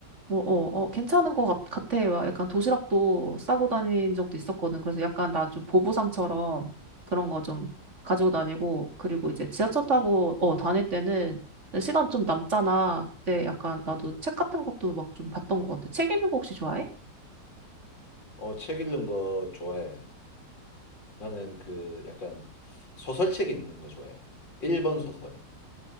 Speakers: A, on the right; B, on the left.
A: 뭐, 어, 어, 괜찮은 것 같, 같아. 막 약간 도시락도 싸고 다닌 적도 있었거든. 그래서 약간 나 좀 보부상처럼 그런 거 좀 가지고 다니고, 그리고 이제 지하철
B: 어,
A: 타고, 어, 다닐 때는 시간 좀 남잖아. 그때 약간 나도 책 같은 것도 막 좀 봤던 것 같아. 책 읽는 거 혹시 좋아해?
B: 어, 책 읽는 거 좋아해. 나는 그 약간 소설책 읽는 거 좋아해. 일본 소설.